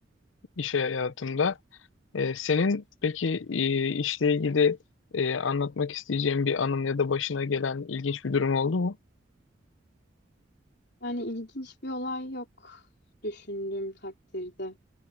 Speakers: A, on the left; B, on the left.
A: iş hayatımda. Ee, senin peki e, işle ilgili e, anlatmak isteyeceğin bir anın ya da başına gelen ilginç bir durum oldu mu?
B: Yani ilginç bir olay yok düşündüğüm takdirde.